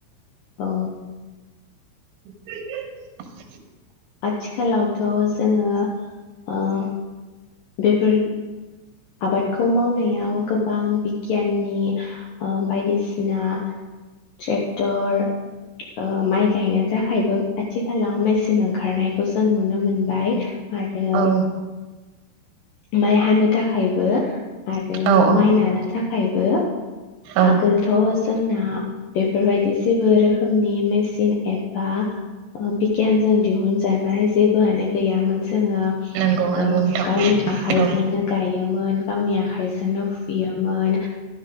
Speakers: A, on the left; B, on the right.
A: औ
B: <inaudible>
A: आथिखालावथ' जोङो ओ- बेफोर आबादखौ मावनायाव गोबां गियाननि ओ- बायदिसिना ट्रेक्टर ओ-माइ गायनो थाखायबो आथिखालाव मेसिन ओंखारनायखौ जों नुनो मोनबाय। आरो
B: औ
A: माइ हानो थाखायबो आरो
B: औ औ
A: माइ नानो थाखायबो
B: औ
A: आगोलथ' जोंना बे बेफोरबायदि जेबो रोखोमनि मेसिन एबाओ- बिगियानजों दिहुनजानाय जेबोआनो गैयामोन जोङो
B: नंगौ नंगौ
A: ओ-गावनि
B: नोंथां
A: आखाइजोंनो
B: औ
A: योमोन। गावनि आखाइजोंनो फुयो मोन।